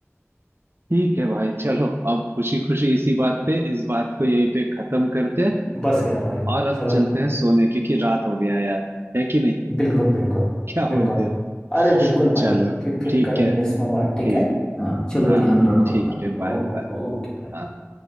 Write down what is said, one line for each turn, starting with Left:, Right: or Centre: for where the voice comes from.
Right: ठीक है भाई चलो अब खुशी खुशी इसी बात पे इस बात को यहीं पे खत्म करते हैं
Left: <laughs> बस यार भाई
Right: और अब
Left: चलो
Right: चलते हैं सोने क्योंकि रात हो गया है यार है कि नहीं
Left: बिल्कुल बिल्कुल
Right: क्या बोलते
Left: बिल्कुल
Right: हो
Left: अरे बिल्कुल भाई
Right: चलो
Left: फिर फिर
Right: ठीक
Left: करेंगे
Right: है
Left: इसमें बात ठीक
Right: ठीक
Left: है
Right: है
Left: हाँ चलो
Right: हाँ
Left: ध्यान रखो
Right: ठीक
Left: अपना
Right: है
Left: ओ
Right: बाय
Left: ओके
Right: बाय
Left: भाई